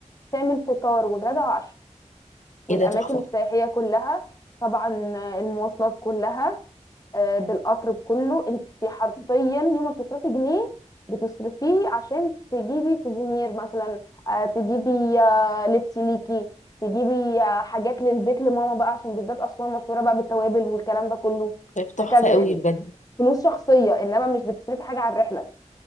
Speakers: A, on the left; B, on the left.
A: تعمل فطار وغدا وعشاء والاماكن
B: ايه ده تحفه
A: السياحيه كلها طبعا المواصلات كلها آه، بالقطر بكله انت حرفيا يوم ما بتصرفي جنيه بتصرفيه عشان تجيبي سوفونير مثلا آه، تجيبي آه، لبس ليكي تجيبي آه، حاجات للبيت لماما بقى عشان بالذات اسوان مشهوره بقى بالتوابل والكلام ده كله
B: طيب تحفه
A: هكذا
B: قوي
A: يعني
B: بجد
A: فلوس شخصيه انما مش بتصرفي حاجه على الرحله